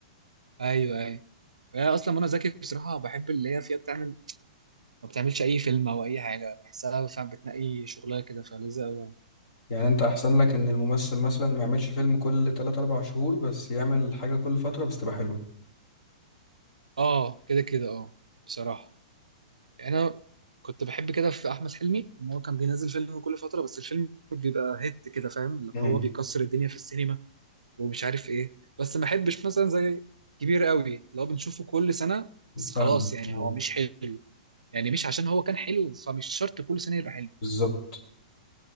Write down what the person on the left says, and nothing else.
يعني انت احسن لك ان الممثل مثلا ما يعملش فيلم كل 3 4 شهور بس يعمل حاجة كل فترة بس تبقى حلوة
امم
فاهمك
أيوة.
بالظبط